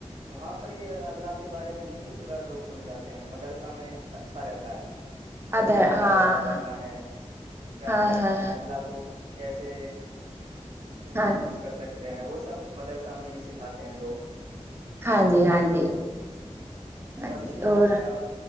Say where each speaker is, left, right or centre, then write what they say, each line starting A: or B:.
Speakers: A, on the right; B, on the right.
A: وہاں پر یہ اللہ کے بارے میں نہیں اترا لوگ سمجھاتے ہیں مدرسہ میں اچھا رہتا ہے کیسے
B: ادھر
A: نماز
B: ہاں
A: ادا کرنا
B: ہاں
A: ہے کیا
B: ہاں
A: کرنا
B: ہاں ہاں
A: ہے اللہ کو کیسے
B: ہاں
A: ہم خوش کر سکتے وہ سب مدرسہ میں ہی سکھاتے ہیں لوگ
B: ہاں جی ہاں جی ہاں
A: تو اچھی
B: جی
A: بات
B: اور
A: ہے آپ